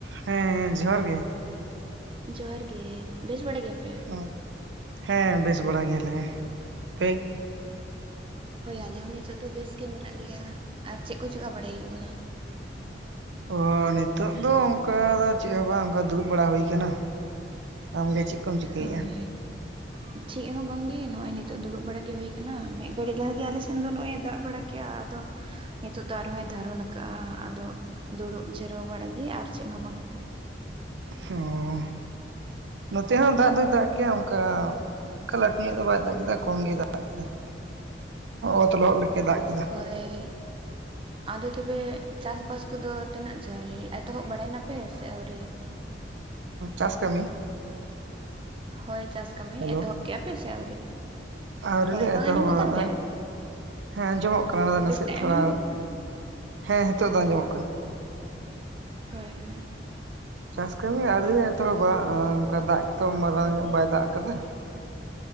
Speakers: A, on the right; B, on the right.
A: ᱦᱮᱸᱻ, ᱡᱚᱦᱟᱨ ᱜᱮ ᱾
B: ᱡᱚᱦᱟᱨ ᱜᱮ, ᱵᱮᱥ ᱵᱟᱲᱟ ᱜᱮᱭᱟ ᱯᱮ?
A: ᱚᱸᱼ ᱦᱮᱸ, ᱵᱮᱥ ᱵᱟᱲᱟ ᱜᱮᱭᱟ ᱞᱮ ᱾ ᱟᱯᱮ?
B: ᱦᱳᱭ! ᱟᱞᱮ ᱦᱚᱸ, ᱱᱤᱛᱚᱜ ᱫᱚ, ᱵᱮᱥ ᱜᱮ ᱢᱮᱱᱟᱜ ᱞᱮᱭᱟ, ᱟᱨ ᱪᱮᱫ ᱠᱚ ᱪᱮᱠᱟ ᱵᱟᱲᱟᱭ ᱦᱩᱭᱩᱜ ᱠᱟᱱᱟ?
A: ᱚᱻ ᱱᱤᱛᱚᱜ ᱫᱚ, ᱚᱱᱠᱟ ᱫᱚ, ᱪᱮᱫ ᱦᱚᱸ ᱵᱟᱝ ᱚᱱᱠᱟ, ᱫᱩᱲᱩᱵ ᱵᱟᱲᱟ ᱦᱩᱭ ᱟᱠᱟᱱᱟ ᱾ ᱟᱢᱜᱮ, ᱪᱮᱫ ᱠᱚᱢ ᱪᱤᱠᱟᱹᱭᱮᱼᱟ?
B: ᱦᱳᱭ ᱪᱮᱫ ᱦᱚᱸ ᱵᱟᱝ ᱜᱮ, ᱱᱚᱜᱼᱚᱭ ᱱᱤᱛᱚᱜ, ᱫᱩᱲᱩᱵ ᱵᱟᱲᱟ ᱜᱮ, ᱦᱩᱭ ᱟᱠᱟᱱᱟ, ᱢᱤᱫ ᱜᱷᱟᱹᱲᱤ ᱞᱟᱦᱟᱮ, ᱟᱞᱮ ᱥᱮᱱ ᱫᱚ, ᱫᱟᱜ ᱵᱟᱲᱟ ᱱᱚᱜᱼᱚᱭ ᱮ ᱫᱟᱜ ᱵᱟᱲᱟᱼᱼ ᱠᱮᱼᱟ, ᱟᱫᱚᱼᱼ ᱱᱤᱛᱚᱜ ᱫᱚ, ᱟᱨ ᱦᱚᱸᱭ ᱫᱷᱟᱨᱚᱱ ᱟᱠᱟᱜᱼᱟ ᱾ ᱟᱫᱚ ᱫᱩᱲᱩᱵ ᱡᱮᱨᱟᱹᱣ ᱵᱟᱲᱟᱜᱮ, ᱟᱨ ᱪᱮᱫ ᱦᱚᱸ, ᱵᱟᱝ ᱜᱮ ᱾
A: ᱚᱸᱻ ᱾ ᱱᱚᱛᱮ ᱦᱚᱸ, ᱫᱟᱜ ᱫᱚᱭ ᱫᱟᱜ ᱠᱮᱫᱟ, ᱚᱱᱠᱟ, ᱚᱱᱠᱟ ᱞᱟᱹᱴᱩ ᱧᱚᱜ ᱫᱚ, ᱵᱟᱭ ᱫᱟᱜ ᱠᱮᱫᱟ, ᱠᱚᱢ ᱜᱮᱭ ᱫᱟᱜ ᱠᱮᱫᱟ ᱾ ᱚᱛ ᱞᱚᱦᱚᱫ, ᱞᱮᱠᱟᱭ ᱫᱟᱜ ᱠᱮᱫᱟ ᱾
B: ᱚᱼ ᱨᱮ, ᱟᱫᱚ, ᱛᱚᱵᱮ ᱪᱟᱥ ᱵᱟᱥ ᱠᱚᱫᱚ, ᱛᱤᱱᱟᱹᱜ ᱡᱷᱟᱹᱞ, ᱮᱛᱚᱦᱚᱵ ᱵᱟᱲᱟ ᱮᱱᱟᱯᱮ, ᱥᱮ ᱟᱹᱣᱨᱤ
A: ᱪᱟᱥ ᱠᱟᱹᱢᱤ?
B: ᱦᱳᱭ ᱪᱟᱥ ᱠᱟᱹᱢᱤ
A: ᱦᱮᱞᱳ
B: ᱮᱛᱚᱦᱚᱵ ᱠᱮᱼᱟ ᱯᱮ ᱥᱮ ᱟᱹᱣᱨᱤ
A: ᱟᱹᱣᱨᱤ
B: ᱦᱳᱭ
A: ᱞᱮ
B: ᱵᱟᱝ
A: ᱮᱛᱚᱦᱚᱵᱼᱟ
B: ᱟᱸᱡᱚᱢᱚᱜ
A: ᱱᱚᱜ
B: ᱠᱟᱱᱛᱮ
A: ᱚᱭ ᱦᱮᱸ ᱟᱸᱡᱚᱢᱚᱜ ᱠᱟᱱᱟ ᱱᱟᱥᱮᱭᱟᱜ
B: ᱵᱮᱥᱛᱮ
A: ᱛᱷᱚᱲᱟ
B: ᱟᱸᱡᱚᱢᱚᱜ ᱠᱟᱱᱟ?
A: ᱦᱮᱸ ᱱᱤᱛᱳᱜ ᱫᱚ ᱟᱸᱡᱚᱢᱚᱜ ᱠᱟᱱᱟ
B: ᱦᱳᱭ ᱦᱳᱭ
A: ᱪᱟᱥ ᱠᱟᱹᱢᱤ ᱟᱣᱨᱤ ᱞᱮ ᱮᱛᱚᱦᱚᱵᱼᱟ ᱚᱱᱠᱟ ᱫᱟᱜ ᱜᱮᱛᱚ ᱢᱟᱨᱟᱝ ᱧᱚᱜ ᱵᱟᱭ ᱫᱟᱜ ᱟᱠᱟᱫᱟ